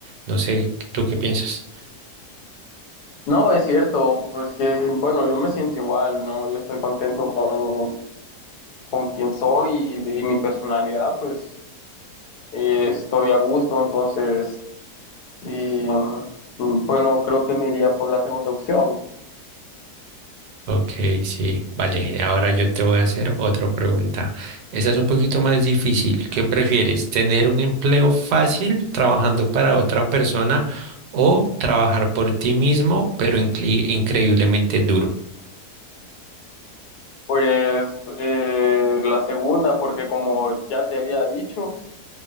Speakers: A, on the right; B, on the left.
A: No sé, ¿tú qué piensas?
B: No, es cierto, pues que, bueno, yo me siento igual, ¿no? Yo estoy contento con, con quien soy y, y mi personalidad, pues eh, estoy a gusto, entonces, y, mm, bueno, creo que me iría por la segunda opción.
A: Ok, sí, vale. Ahora yo te voy a hacer otra pregunta. Esta es un poquito más difícil. ¿Qué prefieres? ¿Tener un empleo fácil trabajando para otra persona o trabajar por ti mismo, pero incre- increíblemente duro?
B: Pues eh, la segunda, porque como ya te había dicho,